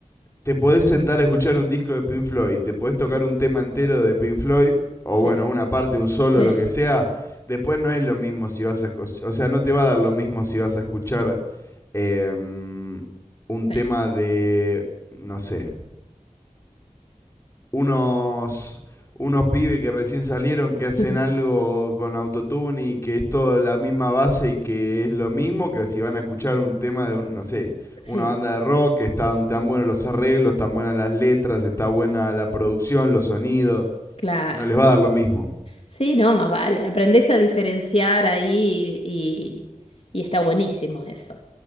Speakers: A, on the left; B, on the left.
A: te podés sentar a escuchar un disco de Pink Floyd, te podés tocar un tema entero de Pink Floyd, o
B: Sí,
A: bueno, una parte, un solo,
B: sí,
A: lo que sea, después no es lo mismo si vas a... O sea, no te va a dar lo mismo si vas a escuchar em, un
B: sí.
A: tema de, no sé, unos, unos pibes que recién salieron que hacen
B: <laughs>
A: algo con autotune y que es todo la misma base y que es lo mismo que si van a escuchar un tema de, un- no sé,
B: Sí,
A: una banda de rock, que están tan buenos los arreglos, tan buenas las letras, está buena la producción, los sonidos,
B: claro.
A: no les va a dar lo mismo.
B: Sí, no, más vale. Aprendés a diferenciar ahí y, y está buenísimo eso.